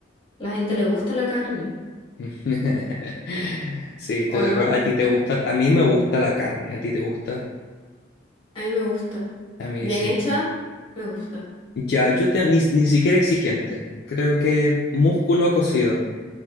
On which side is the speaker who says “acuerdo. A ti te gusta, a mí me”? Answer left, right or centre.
Left